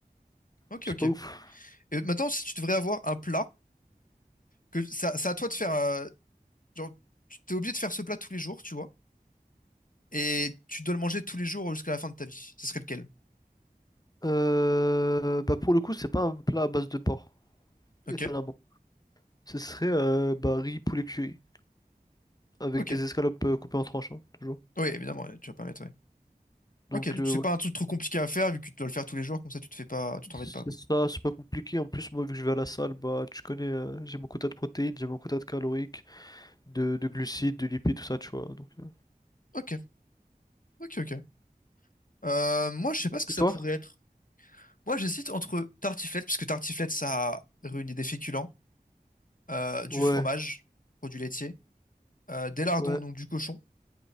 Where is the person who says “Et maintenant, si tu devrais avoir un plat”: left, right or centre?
Left